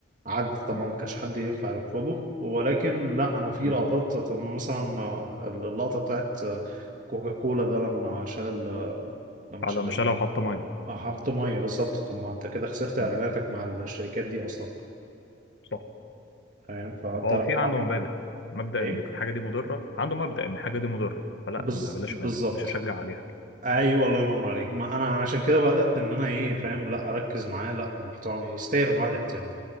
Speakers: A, on the right; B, on the left.
A: عقد طبعا
B: مم.
A: ما كانش حد ينفع يرفضه ولكن لا انا في
B: مم.
A: لقطات طب مثلا آه، اللقطه بتاعت كوكا كولا ده لما شال ال- لما
B: على
A: شال
B: ما شالها وحط مية
A: اه، حط ميه بالظبط طب ما انت كده خسرت اعلاناتك
B: مم.
A: مع الشركات دي اصلا
B: صح
A: فاهم فانت
B: هو
A: لو
B: في
A: واحد
B: عنده مبادئ مبدأ
A: ايه
B: ان الحاجة دي مضرة عنده مبدأ ان الحاجة دي مضرة فلا
A: بز...
B: ما بلاش
A: بالظبط
B: منها مش هشجع عليها
A: ايوه الله ينور عليك ما انا عشان كده بدات ان انا ايه فاهم لا اركز معاه لا محترم يستاهل الواحد احترامه